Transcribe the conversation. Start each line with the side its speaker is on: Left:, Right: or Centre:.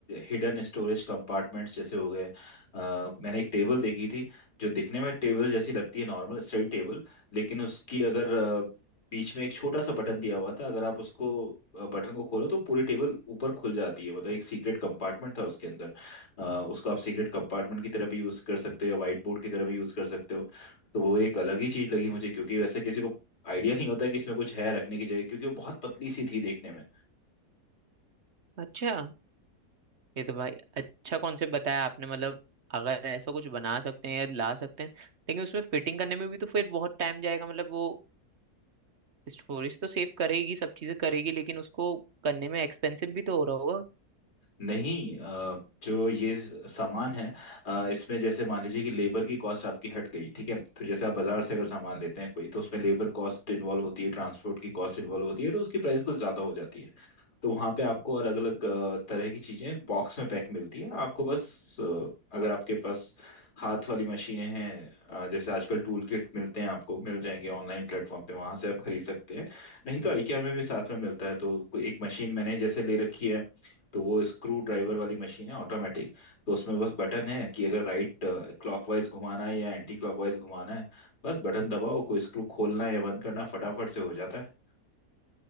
Left: हिडन स्टोरेज कंपार्टमेंट्स जैसे हो गए अ, मैंने एक टेबल देखी थी जो दिखने में टेबल जैसी लगती है नॉर्मल स्टडी टेबल लेकिन उसकी अगर अ, बीच में एक छोटा सा बटन दिया हुआ था अगर आप उसको बटन को खोलो तो पूरी टेबल ऊपर खुल जाती है मतलब एक सीक्रेट कंपार्टमेंट था उसके अंदर अ, उसको आप सीक्रेट कंपार्टमेंट की तरह भी यूज कर सकते हो या व्हाइट बोर्ड की तरह भी यूज कर सकते हो तो वो एक अलग ही चीज लगी मुझे क्योंकि वैसे किसी को आइडिया नहीं होता कि इसमें कुछ है रखने की जगह क्योंकि वो बहुत पतली सी थी देखने में
Right: अच्छा ये तो भाई अच्छा कॉन्सेप्ट बताया आपने मतलब अगर ऐसा कुछ बना सकते हैं या ला सकते हैं लेकिन उसमें फिटिंग करने में भी तो फिर बहुत टाइम जाएगा मतलब वो स्टोरेज तो सेव करेगी सब चीजें करेगी लेकिन उसको करने में एक्सपेंसिव भी तो हो रहा होगा
Left: नहीं अ, जो ये सामान है अ, इसमें जैसे मान लीजिए कि लेबर की कॉस्ट आपकी हट गई ठीक है तो जैसे आप बाजार से अगर सामान लेते हैं कोई तो उसमें लेबर कॉस्ट इन्वॉल्व होती है ट्रांसपोर्ट की कॉस्ट इन्वॉल्व होती है तो उसकी प्राइस कुछ ज्यादा हो जाती है तो वहाँ पे आपको अलग अलग तरह की चीजें बॉक्स में पैक मिलती है आपको बस अ, अगर आपके पास हाथ वाली मशीनें हैं अ, जैसे आजकल टूल किट मिलते हैं आपको मिल जाएंगे ऑनलाइन प्लेटफॉर्म पे वहां से आप खरीद सकते हैं नहीं तो IKEA में भी साथ में मिलता है तो कोई एक मशीन मैंने जैसे ले रखी है तो वो स्क्रू ड्राइवर वाली मशीन है ऑटोमेटिक तो उसमें बस बटन है कि अगर राइट क्लॉकवाइज घुमाना है या एंटी क्लॉकवाइज घुमाना है बस बटन दबाओ कोई स्क्रू खोलना या बंद करना फटाफट से हो जाता है